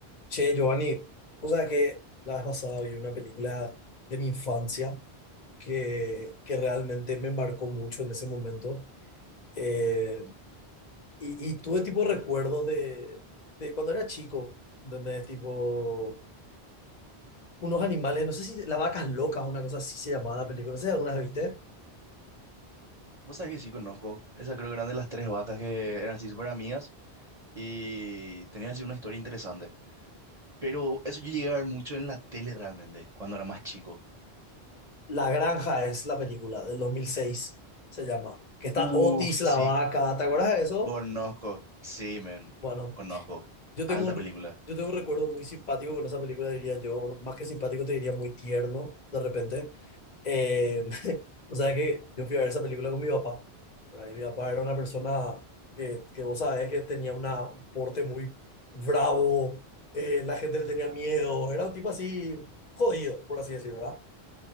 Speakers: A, on the left; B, on the right.
A: Che, Giovanni, o sea que la vez pasada vi una película de mi infancia que, que realmente me marcó mucho en ese momento. Eh, y, y tuve tipo recuerdos de, de cuando era chico, donde tipo unos animales, no sé si La Vacas Locas o una cosa así se llamaba la película, no sé si alguna vez viste.
B: Vos sabés que sí conozco. Esa creo que eran de las tres vacas que eran así súper amigas y tenían así una historia interesante. Pero eso yo llegué a ver mucho en la tele realmente, cuando era más chico.
A: La Granja es la película del 2006 se llama. Que está
B: Uf,
A: Otis la
B: sí,
A: vaca, ¿te acuerdas de eso?
B: conozco. Sí, men,
A: Bueno,
B: conozco.
A: Yo
B: Alta
A: tengo un,
B: película.
A: yo tengo un recuerdo muy simpático con esa película, diría yo, más que simpático, te diría muy tierno, de repente. Eh, <laughs> o sea que yo fui a ver esa película con mi papá, ¿verdad? Y mi papá era una persona que, que vos sabés que tenía una, un porte muy bravo, eh, la gente le tenía miedo, era un tipo así jodido, por así decirlo, ¿verdad?